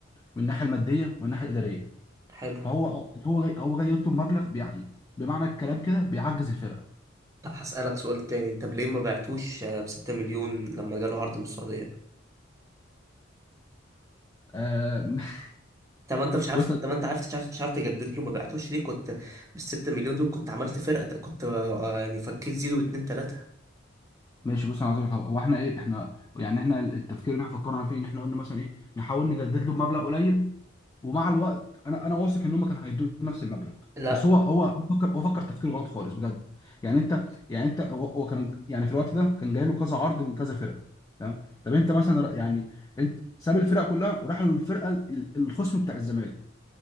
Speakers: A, on the left; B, on the right.
A: من الناحيه الماديه والناحيه الاداريه
B: حلو
A: فهو هو جاي هو جاي يطلب مبلغ بيعني بمعنى الكلام كده بيعجز الفرقه
B: طب هسألك سؤال تاني انت ليه ما بعتوش آه، بستة مليون لما جاله عرض من السعودية
A: آه، <laughs>
B: طب انت مش عارف
A: بص
B: طب انت عرفت مش عارف مش عارف تجدد له ما بعتوش ليه كنت بالستة مليون دول كنت عملت فرقة كنت آه، يعني فكيت زيزو باتنين تلاتة
A: ماشي بص انا عايز اقول لك حاجة. هو احنا ايه احنا يعني احنا التفكير اللي احنا فكرنا فيه ان احنا قلنا مثلا ايه نحاول نجدد له بمبلغ قليل ومع الوقت انا انا واثق ان هم كانوا هيدوا نفس المبلغ
B: لا
A: بس هو هو هو فكر هو فكر تفكير غلط خالص بجد يعني انت يعني انت هو هو كان يعني في الوقت ده كان جاي له كذا عرض من كذا فرقه تمام طب انت مثلا يعني انت ساب الفرق كلها وراح للفرقه ال- الخصم بتاع الزمالك